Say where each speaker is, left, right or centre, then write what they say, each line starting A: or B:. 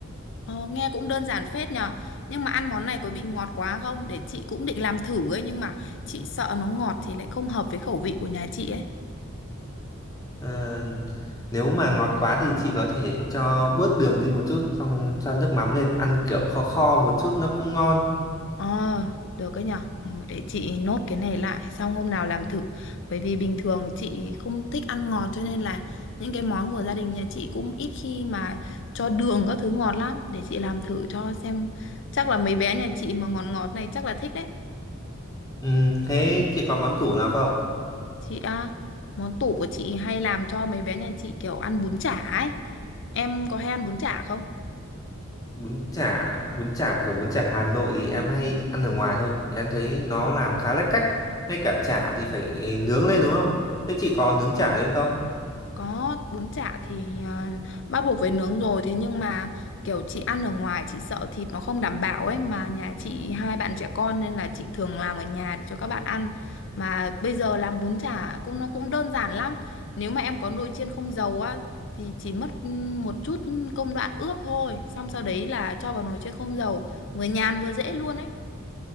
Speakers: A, on the left; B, on the left.
A: Ờ, nghe cũng đơn giản phết nhờ Nhưng mà ăn món này có bị ngọt quá không? Để chị cũng định làm thử ấy Nhưng mà chị sợ nó ngọt thì lại không hợp với khẩu vị của nhà chị ấy
B: Ờ, nếu mà ngọt quá thì chị có thể cho bớt đường đi một chút xong cho nước mắm lên ăn kiểu kho kho một chút nó cũng ngon
A: Ờ, được ấy nhờ ừ, Để chị nốt cái này lại Xong hôm nào làm thử Bởi vì bình thường chị không thích ăn ngọt Cho nên là những cái món của gia đình nhà chị cũng ít khi mà cho đường các thứ ngọt lắm Để chị làm thử cho xem Chắc là mấy bé nhà chị mà ngọt ngọt này chắc là thích đấy
B: ừ, thế chị có món tủ nào không
A: Chị á, món tủ của chị hay làm cho mấy bé nhà chị kiểu ăn bún chả ấy. Em có hay ăn bún chả không?
B: bún chả bún chả kiểu bún chả Hà Nội thì em hay ăn ở ngoài thôi Vì em thấy nó làm khá lách cách ngay cả chả thì phải nướng lên đúng không thế chị có nướng chả lên không
A: Có, bún chả thì à, bắt buộc phải nướng rồi. Thế nhưng mà kiểu chị ăn ở ngoài chị sợ thịt nó không đảm bảo ấy. Mà nhà chị hai bạn trẻ con nên là chị thường làm ở nhà để cho các bạn ăn. Mà bây giờ làm bún chả cũng nó cũng đơn giản lắm. Nếu mà em có nồi chiên không dầu á thì chỉ mất ừ, một chút công đoạn ướp thôi. Xong sau đấy là cho vào nồi chiên không dầu. Vừa nhàn vừa dễ luôn ấy.